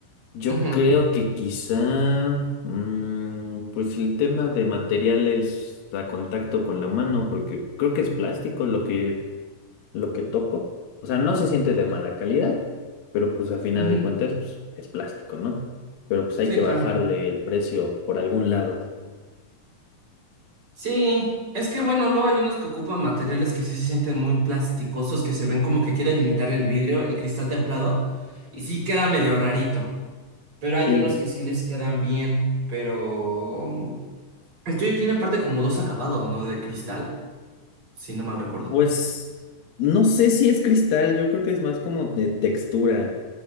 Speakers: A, on the left; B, on the right.
A: Yo
B: Ujú,
A: creo que quizá, mm, pues el tema de materiales a contacto con la mano, porque creo que es plástico lo que lo que toco. O sea, no se siente
B: Ok,
A: de mala
B: tú.
A: calidad, pero pues a final
B: ujú.
A: de cuentas pues, es plástico, ¿no? Pero pues hay
B: Sí,
A: que bajarle
B: claro.
A: el precio por algún lado.
B: Sí, es que bueno, luego hay unos que ocupan materiales que sí se sienten muy plasticosos, que se ven como que quieren imitar el vidrio, el cristal templado, y sí queda medio rarito. Pero hay
A: Sí,
B: unos que sí les quedan bien, pero... mm, El tuyo tiene aparte como dos acabados, ¿no? De cristal, si no mal recuerdo.
A: pues no sé si es cristal, yo creo que es más como de textura,